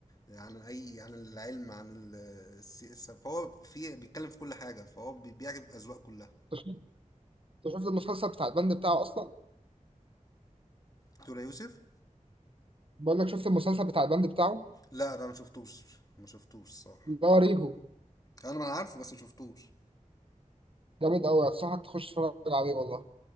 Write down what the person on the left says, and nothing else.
عن اي عن العلم عن ال- السياسه فهو في بيتكلم في كل حاجه فهو بي- بيعجب اذواق كلها
دكتور يوسف
لا ده ما شفتوش ما شفتوش الصراحه
انا ما انا عارفه بس ما شفتوش